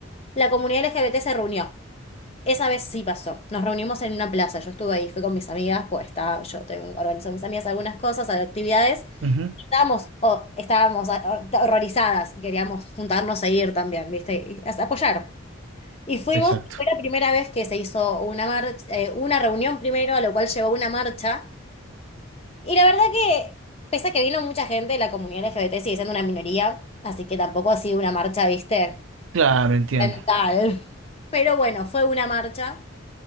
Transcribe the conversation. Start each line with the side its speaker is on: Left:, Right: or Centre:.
Left: La comunidad LGBT se reunió. Esa vez sí pasó. Nos reunimos en una plaza. Yo estuve ahí, fui con mis amigas, pues está, yo tengo, organizo a mis amigas algunas cosas, actividades.
Right: Ujú,
Left: Estábamos, o- estábamos ah, ah, horrorizadas y queríamos juntarnos a ir también, ¿viste? Y as- apoyar. Y fuimos,
Right: Exacto.
Left: fue la primera vez que se hizo una marcha, una reunión primero, a lo cual llevó una marcha. Y la verdad que, pese a que vino mucha gente, la comunidad LGBT sigue siendo una minoría, así que tampoco ha sido una marcha, viste,
Right: Claro, entiendo.
Left: mental. Pero bueno, fue una marcha